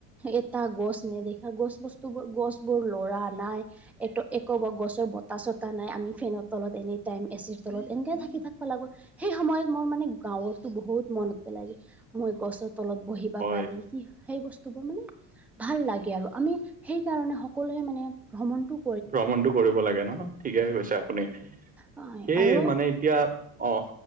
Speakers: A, in the centre; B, on the right.
A: এটা গছ নেদেখা গছ বস্তুবোৰ গছ বোৰ ল'ৰা নাই। একো গছৰ বতাহ, চতাহ নাই আমি ফেনৰ তলত এনি টাইম এচিৰ তলত এনেকে থাকি, থাকিব লাগো। সেই সময়ত মোৰ মানে গাঁৱতো বহুত মনত পেলাই যে মই গছৰ তলত বহি বা
B: হয়
A: পালি কি সেই বস্তুবোৰ মানে ভাল লাগে আৰু আমি সেইকাৰণে সকলোৱে মানে ভ্ৰমণটোক
B: ভ্ৰমণতটো কৰিব লাগে নহ ঠিকে গৈছে আপুনি
A: হয়
B: সেই
A: আৰু
B: মানে এতিয়া অ,